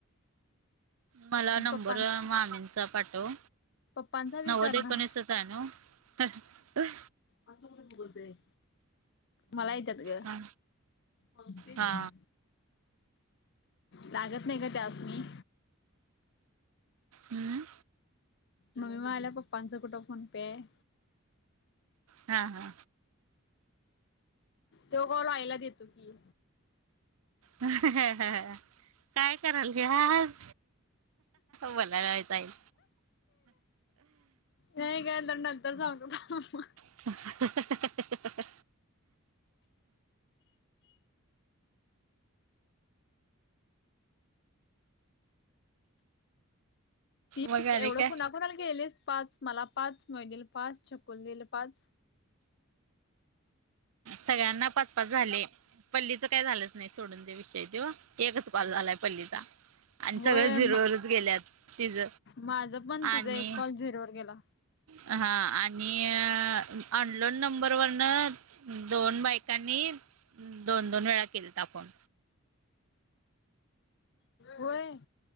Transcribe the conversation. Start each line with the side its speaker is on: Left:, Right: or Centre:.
Right: मला
Left: आणि
Right: नंबर
Left: पप्पांच
Right: मामींचा पाठव.
Left: पप्पांचा बी
Right: नव्वद
Left: करणार
Right: एकोणीसच आहे नव्ह.
Left: असं कुठं गुगल पे आहे. मला येतात गं
Right: हा
Left: कोणते
Right: हा
Left: गं. लागत नाही का त्यासनीं.
Right: हम्म.
Left: मम्मी म्हणल्या पप्पांचं कुठं फोन पे आहे.
Right: हा हा.
Left: तो कॉल आईला देतो की.
Right: ह ह काय करायल्यास. मला कायचईल.
Left: नाही काय तर नंतर सांगतो.
Right: <inaudible>
Left: तीस
Right: मग आणि
Left: एवढं
Right: काय
Left: कुणाकुणाला गेलेस पाच मला पाच मै दिल पाच चछकुल दीदी ला पाच.
Right: सगळ्यांना पाच पाच झाले. पल्लीचं काय झालंच नाही सोडून ते विषय देव एकच कॉल झालाय पल्लीचा. आणि
Left: होय
Right: सगळ झिरोवरच गेलेत तिच
Left: माझ पण
Right: आणि.
Left: तिचा एक कॉल झिरोवर गेला
Right: हा आणि ऑनलोन नंबर वरन. दोन बायकांनी दोन दोन वेळा केल त फोन.
Left: व्हय.